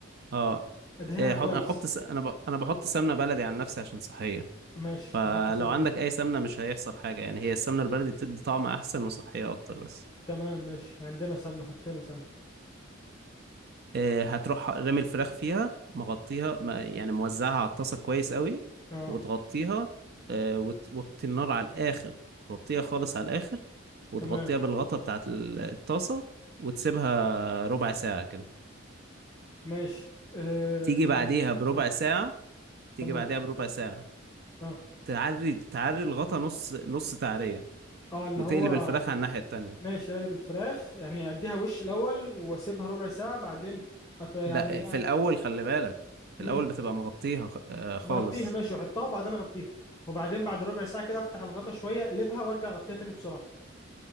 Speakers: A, on the right; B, on the left.
A: اه
B: ادهنها
A: آه،
B: كويس
A: حط أحط س... أنا ب... أنا بحط سمنة بلدي عن نفسي عشان صحية
B: ماشي
A: فلو
B: نحط سمنه
A: عندك
B: بلدي
A: أي سمنة مش هيحصل حاجة يعني هي السمنة البلدي بتدي طعم أحسن وصحية أكتر بس
B: تمام ماشي عندنا سمنه حطينا سمنه
A: آه، هتروح رامي الفراخ فيها مغطيها ما- يعني موزعها على الطاسة كويس قوي
B: اه
A: وتغطيها آه، وت- وتوطي النار على الآخر توطيها خالص على الآخر وتغطيها
B: تمام
A: بالغطا بتاعت ال- الطاسة وتسيبها ربع ساعة كده
B: ماشي آه
A: تيجي
B: يعني
A: بعديها بربع
B: ماشي
A: ساعة تيجي
B: تمام
A: بعديها بربع ساعة
B: اه
A: تعري تعري الغطا نص نص تعرية
B: اه اللي
A: وتقلب
B: هو
A: الفراخ على الناحية التانية
B: ماشي اقلب الفراخ يعني اديها وش الاول واسيبها ربع ساعه بعدين أط... يعني
A: ده في الأول خلي بالك في
B: امم
A: الأول بتبقى مغطيها خ- آه، خالص
B: مغطيها ماشي واحطها وبعدين اغطيها وبعدين بعد ربع ساعه كده افتح الغطا شويه اقلبها وارجع اغطيها تاني بسرعه